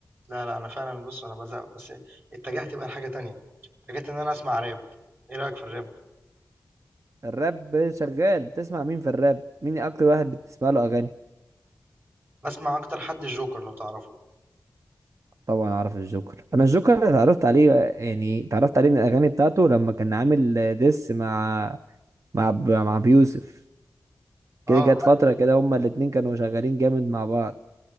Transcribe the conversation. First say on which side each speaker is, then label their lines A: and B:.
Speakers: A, on the right (about 40°); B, on the right (about 60°).
A: لا لا انا فعلا بص انا بزهق بس اتجهت بقى لحاجه تانية اتجهت ان انا اسمع راب ايه رايك في الراب
B: الراب شغال بتسمع مين في الراب مين أكتر واحد بتسمع له أغاني
A: بسمع اكتر حد الجوكر لو تعرفه
B: طبعا اعرف الجوكر انا الجوكر اتعرفت عليه يعني اتعرفت عليه من الاغاني بتاعته لما كان عامل ديس مع مع ب- مع بيوسف
A: اه
B: كده جت
A: لا
B: فتره كده هما الاتنين كانوا شغالين جامد مع بعض